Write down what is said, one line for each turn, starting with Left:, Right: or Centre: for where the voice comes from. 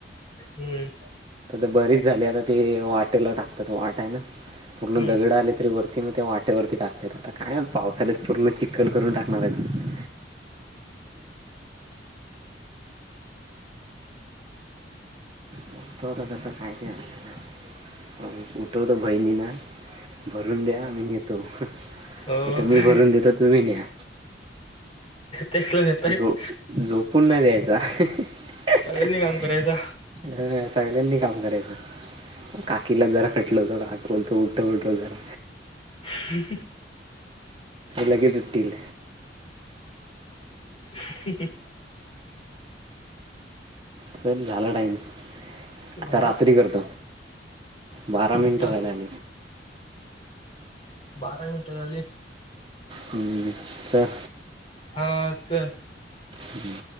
Left: हम्म
Right: आ बरीच झाली आता ते वाटेला टाकतात, वाटायला. पूर्ण
Left: हम्म
Right: दगड आले तरी वरती म... ते वाट.. वरती टाकता येत आता काय पावसाळ्यात पूर्ण चिखल करून टाकणार आहेत. उठतो आता कसं काहीत आण ना, उठवतो बहिणी ना भरून द्या मी नेतो
Left: हो
Right: इथं मी भरून देतो तुम्ही न्या.
Left: तेच नेतायत
Right: झो झोपून नाही द्यायचं. जाय. हा
Left: सगळ्यांनी काम करायचा
Right: सगळ्यांनी काम करायचं. काकीला जरा खटल होत हा बोलतो उठव उठव जरा.
Left: <unintelligible>
Right: लगेच उठतील.
Left: <unintelligible>
Right: चल झाला टाईम.
Left: झाला
Right: आता रात्री करतो. बारा मिनिटं
Left: किती झाले?
Right: व्हायला आली.
Left: बारा मिनटं झाली.
Right: हम्म चल
Left: हा चल.
Right: हम्म